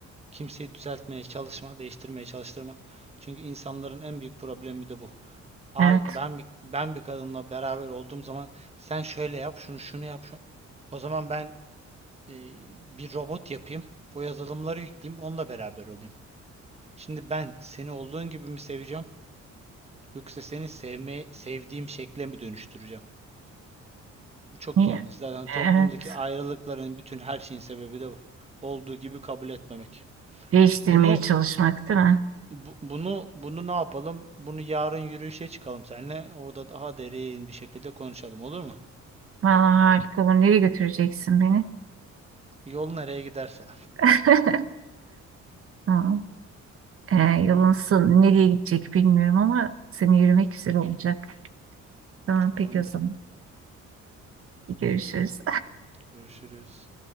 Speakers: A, on the right; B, on the right.
A: Kimseyi düzeltmeye çalışma, değiştirmeye çalıştırma. Çünkü insanların en büyük problemi de bu. Aa,
B: Evet.
A: ben bir, ben bir kadınla beraber olduğum zaman sen şöyle yap, şunu şunu yap. şu-" O zaman ben e, bir robot yapayım. O yazılımları yükleyeyim, onunla beraber olayım. Şimdi ben seni olduğun gibi mi seveceğim yoksa seni sevme, sevdiğim şekle mi dönüştüreceğim? Bu çok
B: Niye?
A: yanlış. Zaten toplumdaki
B: Evet.
A: ayrılıkların bütün her şeyin sebebi de bu. Olduğu gibi kabul etmemek.
B: Değiştirmeye
A: Bunu
B: çalışmak değil mi?
A: bu- bunu bunu ne yapalım? Bunu yarın yürüyüşe çıkalım seninle. Orada daha derin bir şekilde konuşalım olur mu?
B: Vallahi harika olur. Nereye götüreceksin beni?
A: Yol nereye giderse.
B: <laughs> Tamam. Ee, yolun
A: Tamam,
B: son- nereye gidecek bilmiyorum ama seni yürümek güzel olacak. Tamam
A: tamamdır.
B: peki o zaman. Görüşürüz.
A: Görüşürüz.